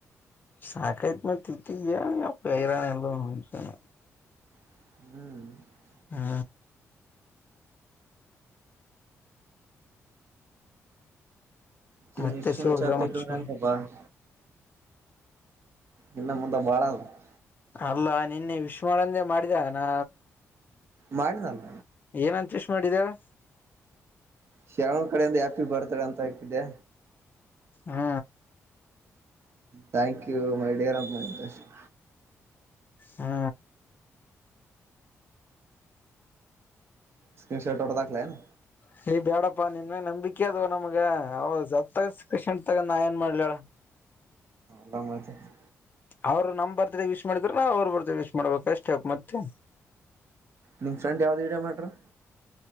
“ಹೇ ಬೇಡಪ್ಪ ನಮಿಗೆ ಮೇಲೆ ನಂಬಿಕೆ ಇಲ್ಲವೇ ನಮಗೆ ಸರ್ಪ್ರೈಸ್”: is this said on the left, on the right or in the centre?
Left